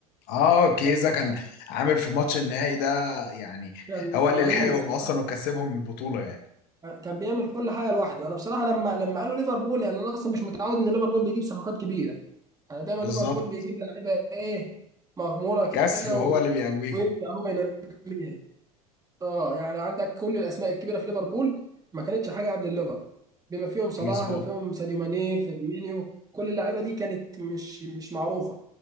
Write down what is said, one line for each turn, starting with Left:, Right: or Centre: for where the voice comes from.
Left: اه كيزا
Right: آه،
Left: كان عامل في ماتش النهائي ده يعني
Right: كان
Left: هو
Right: كان
Left: اللي
Right: رهيب
Left: لحقهم
Right: صح
Left: اصلا وكسبهم البطوله يعني
Right: كان بيعمل كل حاجه لوحده انا بصراحه لما لما قالوا ليفربول يعني انا اصلا مش متعود ان ليفربول بيجيب صفقات كبيره انا دايما
Left: بالظبط
Right: ليفربول بيجيب لعيبه ايه مغموره
Left: كسر
Right: كده
Left: وهو
Right: و...
Left: اللي بيقويهم
Right: ويبدا هو ينميها اه يعني عندك كل الاسماء الكبيره في ليفربول ما كانتش حاجه قبل الليفر بما فيهم صلاح
Left: مظبوط
Right: بما فيهم ساديو ماني فيرمينيو كل اللعيبه دي كانت مش مش معروفه